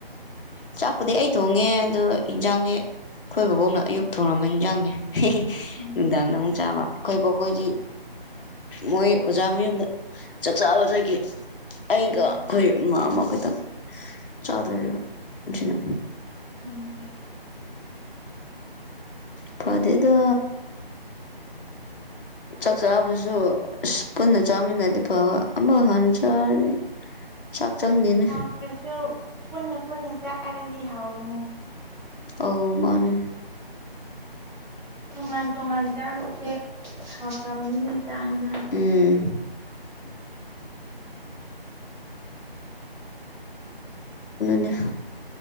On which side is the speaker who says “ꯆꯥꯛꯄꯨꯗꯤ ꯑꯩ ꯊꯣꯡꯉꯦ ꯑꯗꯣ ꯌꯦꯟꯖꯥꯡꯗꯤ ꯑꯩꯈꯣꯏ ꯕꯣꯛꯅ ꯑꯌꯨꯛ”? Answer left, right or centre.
Left